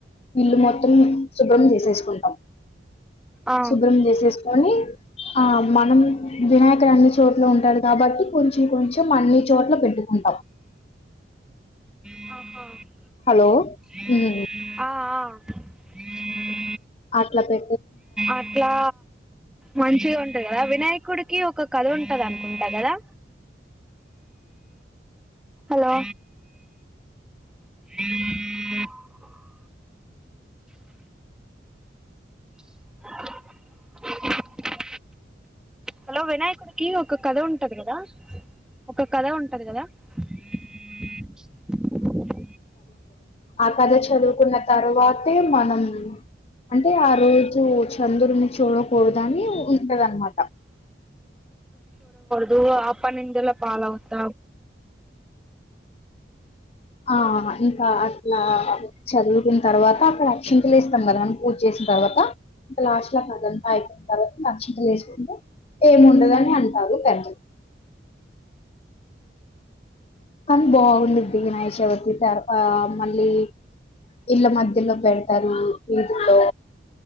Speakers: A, on the left; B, in the centre.
A: ఇల్లు మొత్తం శుభ్రం చేసేసుకుంటాం
B: ఆ
A: శుభ్రం జైసేస్ అనీ ఆ మనం వినాయకుడు అన్ని చోట్లా ఉంటాడు కాబట్టి గురించి కొంచెం అన్ని చోట్ల పెట్టుకుంటాం
B: ఆహ్
A: హలో
B: ఆ
A: ఉమ్,
B: ఆహ్
A: అట్లా పె
B: అట్లా మంచిగా ఉంటంది కదా వినాయకుడికి ఒక కథ ఉంటంది అనుకుంటా కదా హలో అ <inaudible> హలో వినాయకుడికి ఒక కథ ఉంటది కదా ఒక కథ ఉంటది కదా <unintelligible>
A: అ కథ చదువుకున్న తరువాతే మనం అంటే ఆ రోజు చంద్రుడిని చూడకూడదు అని ఉంటాదనమాట
B: దూఆప్ పనింందలా పాాల ఉత
A: ఆ ఇంకా అట్లా చదువుకున్న తర్వాత అక్కడ అక్షంతలు వేస్తాం కదా మనం పూజ చేసిన తర్వాత ఇంకా లాస్ట్ లో అదంతా అయిపోయిన తర్వాత అక్షింతలు వేసుకుంటే ఏమిండదని అంటారు పెద్దలు కానీ బాగుంది వినశవతి తర్వా మళ్ళీ ఇళ్ల మధ్యలో పెడతారు వటిలో